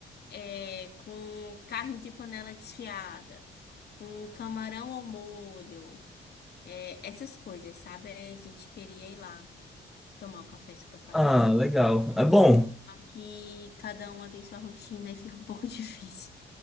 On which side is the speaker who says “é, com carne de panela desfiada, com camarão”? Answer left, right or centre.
Left